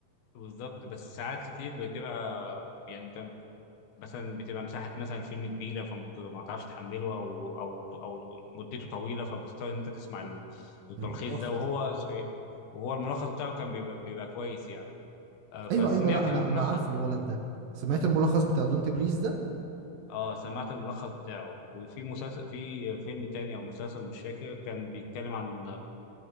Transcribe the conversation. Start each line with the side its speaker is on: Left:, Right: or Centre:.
Left: بالظبط بس ساعات كتير بتبقى يعني انت مثلا بتبقى مساحه مثلا الفيلم كبيره فما تعرفش تحمله او او او مدته طويله فبتضطر ان انت تسمع ال- التلخيص
Right: الملخص
Left: ده وهو
Right: آه.
Left: وهو الملخص بتاعه كان بيبقى بيبقى كويس يعني آه، فسمعت
Right: ايوه ايوه لا انا
Left: الملخص
Right: انا عارفه الولد ده سمعت الملخص بتاع دونت بريز ده
Left: اه سمعت الملخص بتاعه وفي مسلسل في فيلم تاني او مسلسل مش فاكر كان بيتكلم عن